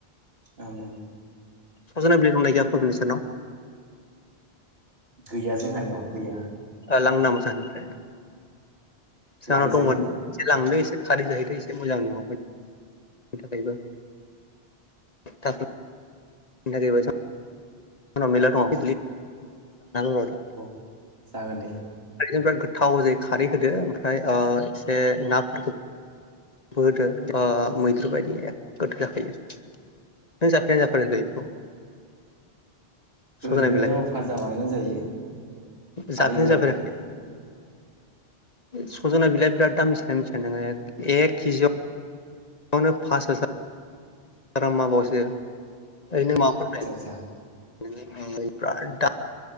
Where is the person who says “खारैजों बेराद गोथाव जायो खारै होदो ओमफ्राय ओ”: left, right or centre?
Left